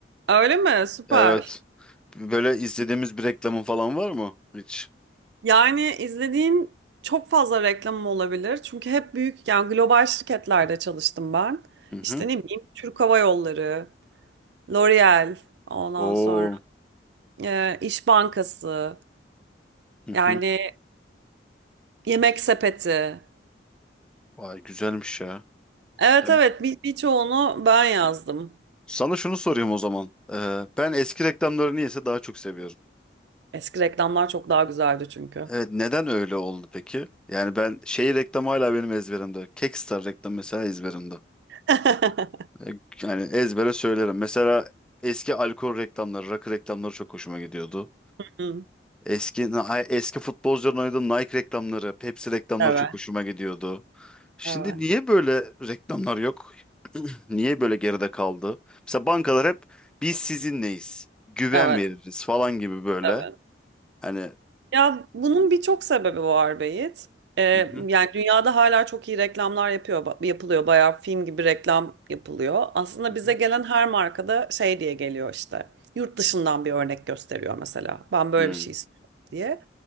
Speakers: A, on the right; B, in the centre.
A: Öyle mi? Süper.
B: Evet. Böyle izlediğimiz bir reklamın falan var mı hiç?
A: Yani izlediğin çok fazla reklamım olabilir. Çünkü hep büyük yani global şirketlerde çalıştım ben.
B: Hı hı.
A: İşte ne bileyim Türk Hava Yolları, L'Oreal, ondan
B: Oo.
A: sonra e, İş Bankası,
B: Hı
A: yani
B: hı.
A: Yemek Sepeti.
B: Vay güzelmiş ya.
A: Evet
B: Ya
A: evet bir, birçoğunu ben yazdım.
B: sana şunu sorayım o zaman. Ee, ben eski reklamları niyeyse daha çok seviyorum.
A: Eski reklamlar çok daha güzeldi çünkü.
B: Evet neden öyle oldu peki? Yani ben şey reklamı hala benim ezberimde. Kekstar reklam mesela ezberimde.
A: <laughs>
B: Ee, Yani ezbere söylerim. Mesela eski alkol reklamları, rakı reklamları çok hoşuma gidiyordu.
A: Hı,
B: Eski eski futbolcuların oynadığı Nike reklamları, Pepsi reklamları
A: Evet,
B: çok hoşuma gidiyordu. Şimdi
A: evet,
B: niye böyle reklamlar yok? <clears throat> Niye böyle geride kaldı? Mesela bankalar hep biz sizinleyiz, güven
A: evet,
B: veririz falan gibi böyle.
A: evet.
B: Hani
A: Ya bunun birçok sebebi var Beyit. Ee,
B: hı hı,
A: yani dünyada hala çok iyi reklamlar yapıyor, ba- yapılıyor. Bayağı film gibi reklam yapılıyor. Aslında
B: hı hı,
A: bize gelen her markada şey diye geliyor işte. Yurt dışından bir örnek gösteriyor mesela. Ben böyle
B: hı
A: bir şey istiyorum diye.